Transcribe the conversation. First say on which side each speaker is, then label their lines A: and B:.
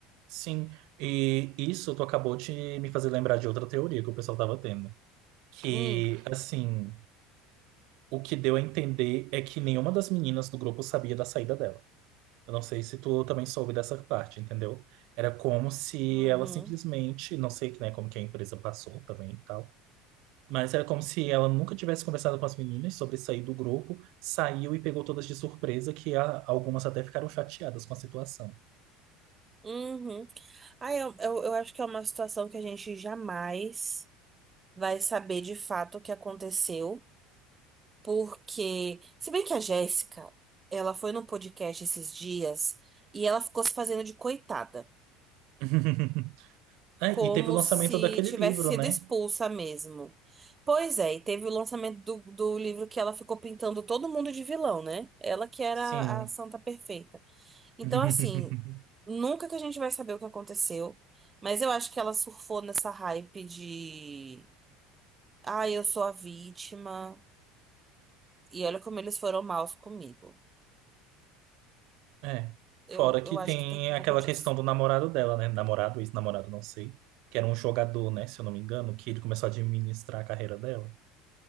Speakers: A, on the right; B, on the right.
A: sim. E isso tu acabou de me fazer lembrar de outra teoria que o pessoal tava tendo. Que,
B: Hum,
A: assim, o que deu a entender é que nenhuma das meninas do grupo sabia da saída dela. Eu não sei se tu também soube dessa parte, entendeu? Era como se
B: uhum.
A: ela simplesmente, não sei, né, como que a empresa passou também e tal. Mas era como se ela nunca tivesse conversado com as meninas sobre sair do grupo, saiu e pegou todas de surpresa, que a- algumas até ficaram chateadas com a situação.
B: Uhum. Ah, eu, eu, eu acho que é uma situação que a gente jamais vai saber de fato o que aconteceu, porque, se bem que a Jéssica, ela foi no podcast esses dias e ela ficou se fazendo de coitada,
A: <laughs> É,
B: como
A: e teve o lançamento
B: se
A: daquele
B: tivesse
A: livro,
B: sido
A: né?
B: expulsa mesmo. Pois é, e teve o lançamento do, do livro que ela ficou pintando todo mundo de vilão, né? Ela que era
A: Sim.
B: a santa perfeita. Então,
A: <laughs>
B: assim, nunca que a gente vai saber o que aconteceu, mas eu acho que ela surfou nessa hype de, ah, eu sou a vítima, e olha como eles foram maus comigo.
A: É.
B: Eu,
A: Fora que
B: eu
A: tem
B: acho que tem um
A: aquela
B: pouco disso.
A: questão do namorado dela, né? Namorado, ex-namorado, não sei. Que era um jogador, né? Se eu não me engano, que ele começou a administrar a carreira dela.